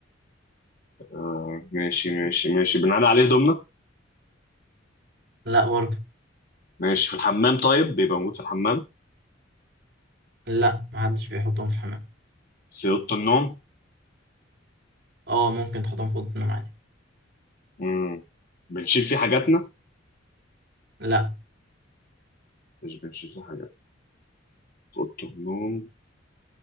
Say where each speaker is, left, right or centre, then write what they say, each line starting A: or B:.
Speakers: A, on the left; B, on the right.
A: آه ماشي ماشي ماشي بنعلي عليه دومنا
B: لا برضه
A: ماشي في الحمام طيب بيبقى موجود في الحمام
B: لا محدش بيحطهم في الحمام
A: في أوضة النوم
B: اه ممكن تحطهم في اوضه النوم عادي
A: مم. بنشيل فيه حاجاتنا
B: لا
A: مش بنشيل فيه حاجات في أوضة النوم